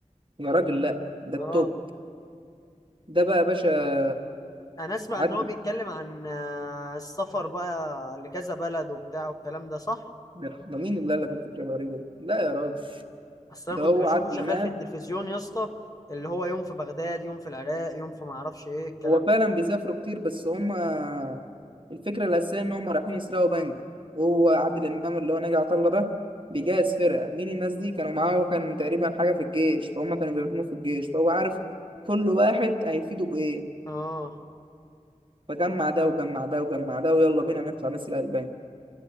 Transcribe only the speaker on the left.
اه
انا اسمع
ان هو بيتكلم عن آه، السفر بقى لكذا بلد وبتاع والكلام ده صح
اصل
انا كنت
بشوفه
شغال
في التلفزيون يا اسطى اللي هو يوم في بغداد يوم في العراق يوم في ما اعرفش ايه الكلام
ده
اه